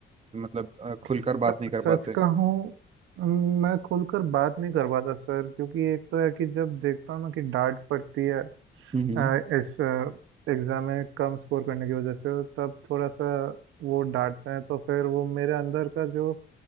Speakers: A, on the right; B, on the right.
A: मतलब अ, खुलकर
B: स-
A: बात नहीं कर
B: सच
A: पाते
B: कहूं मैं खुलकर बात नहीं कर पाता सर क्योंकि एक तो है कि जब देखता हूँ ना कि डांट पड़ती है
A: हम्म
B: आ, इस एग्ज़ाम में कम स्कोर करने की वजह से तब थोड़ा सा वो डांटते हैं तो फिर वो मेरे अंदर का जो